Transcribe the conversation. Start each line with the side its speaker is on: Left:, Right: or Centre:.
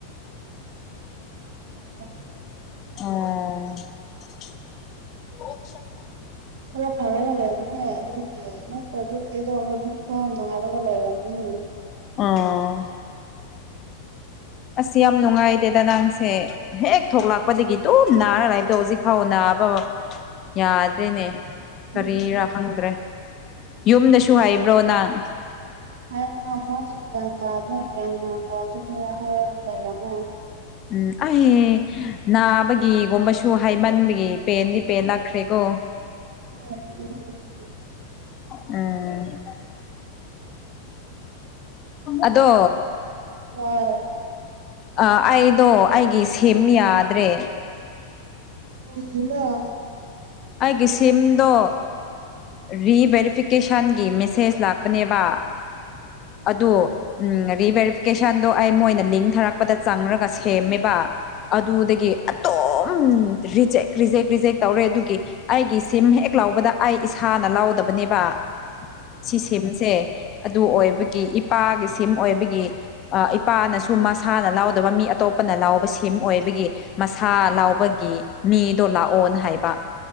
Right: <inaudible>
Left: ꯑꯣ ꯎꯝ
Right: ꯈꯔ ꯐꯔꯒ ꯂꯩꯕꯅꯦ ꯑꯗꯨ ꯅꯠꯇ꯭ꯔꯗꯤ ꯑꯩꯗꯣ ꯍꯧꯖꯤꯛꯇꯣ ꯅꯔꯒ ꯂꯩꯔꯕꯝ <inaudible>
Left: ꯑꯥ ꯑꯁ ꯌꯥꯝ ꯅꯨꯡꯉꯥꯏꯗꯦꯗ ꯅꯪꯁꯦ ꯍꯦꯛ ꯊꯣꯛꯂꯛꯄꯗꯒꯤ ꯑꯗꯨꯝ ꯅꯥꯔ ꯂꯕꯗꯣ ꯍꯧꯖꯤꯛ ꯐꯥꯎ ꯅꯥ ꯑꯕ ꯌꯥꯗ꯭ꯔꯦꯅꯦ
Right: ꯎꯝ
Left: ꯀꯔꯤꯔꯥ ꯈꯪꯗ꯭ꯔꯦ ꯌꯨꯝꯗꯁꯨ ꯍꯥꯏꯕ꯭ꯔꯣ ꯅꯪ
Right: <inaudible>
Left: ꯎꯝ ꯑꯩ ꯅꯥꯕꯒꯤꯒꯨꯝꯕꯁꯨ ꯍꯥꯏꯃꯟꯕꯒꯤ ꯄꯦꯟꯗꯤ ꯄꯦꯟ ꯂꯥꯛꯈ꯭ꯔꯦꯀꯣ
Right: <inaudible>
Left: ꯎꯝ ꯑꯗꯣ
Right: ꯍꯣꯏ
Left: ꯑ ꯑꯩꯗꯣ ꯑꯩꯒꯤ ꯁꯦꯝ ꯌꯥꯗ꯭ꯔꯦ
Right: <inaudible>
Left: ꯑꯩꯒꯤ ꯁꯤꯝꯗꯣ ꯔꯤꯚꯦꯔꯤꯐꯤꯀꯦꯁꯟꯒꯤ ꯃꯦꯁꯦꯖ ꯂꯥꯛꯄꯅꯦꯕ <inaudible> ꯑꯗꯣ ꯎꯝ ꯔꯤꯚꯦꯔꯤꯐꯤꯀꯦꯁꯟꯗꯣ ꯑꯩ ꯃꯣꯏꯅ ꯂꯤꯡꯊꯥꯔꯛꯄꯗ ꯆꯪꯔꯒ ꯁꯦꯝꯃꯦꯕ ꯑꯗꯨꯗꯒꯤ ꯑꯇꯣꯞ ꯔꯤꯖꯦꯛ ꯔꯤꯖꯦꯛ ꯔꯤꯖꯦꯛ ꯇꯧꯔꯦ ꯑꯗꯨꯒꯤ ꯑꯩꯒꯤ ꯁꯤꯝ ꯍꯦꯛ ꯂꯥꯎꯕꯗ ꯑꯩ ꯏꯁꯥꯅ ꯂꯥꯎꯗꯕ ꯅꯦꯕ ꯁꯤ ꯁꯤꯝꯁꯦ ꯑꯗꯨ ꯑꯣꯢꯕ ꯏꯄꯥꯒꯤ ꯁꯤꯝ ꯑꯣꯏꯕꯒꯤ ꯏꯄꯥꯅꯁꯨ ꯃꯁꯥꯅ ꯂꯎꯗꯕ ꯃꯤ ꯑꯇꯣꯞꯄꯅ ꯂꯥꯎꯕ ꯁꯤꯝ ꯑꯣꯏ ꯕꯒꯤ ꯃꯁꯥ ꯂꯥꯎꯕꯒꯤ ꯃꯤꯗꯣ ꯂꯥꯛꯑꯣꯅ ꯍꯥꯏꯕ